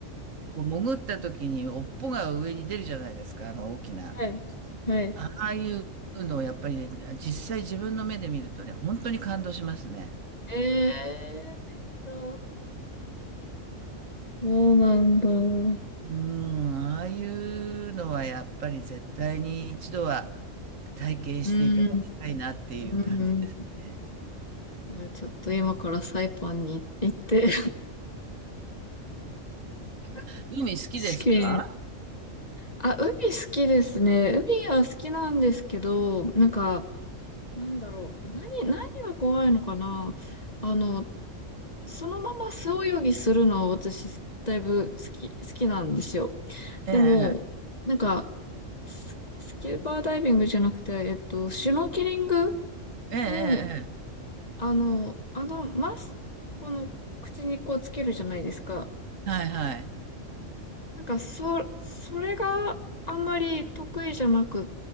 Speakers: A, on the right; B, on the left.
A: こう潜った時に尾っぽが上に出るじゃないですか、あの大きな。
B: はい、はい。
A: ああいうのをやっぱりね、実際自分の目で見るとね、本当に感動しますね。
B: ええー、そうなんだ。うん、
A: うん、ああいうのはやっぱり絶対に一度は体験していただきたいなっていう感じですね。
B: うんうん。えーちょっと今からサイパンに行って <laughs>
A: 海好きですか
B: 試験。あ、海好きですね。海は好きなんですけど、なんか、なんだろう。え、何、何が怖いのかなあの、そのまま素泳ぎするのは私、だいぶ好き、好きなんですよ。
A: ええ、
B: でも、なんか、ス、スキューバーダイビングじゃなくて、えっと、シュノーケリング
A: ええ、ええ、
B: も、あの、あの、マスクの口にこうつけるじゃないですか。
A: ええはいはい。
B: なんか、そ、それがあんまり得意じゃなくっ